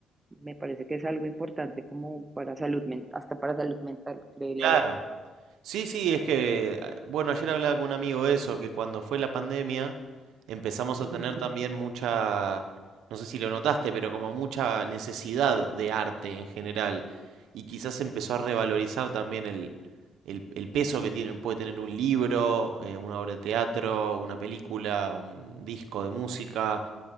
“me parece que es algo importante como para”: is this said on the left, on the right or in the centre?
Right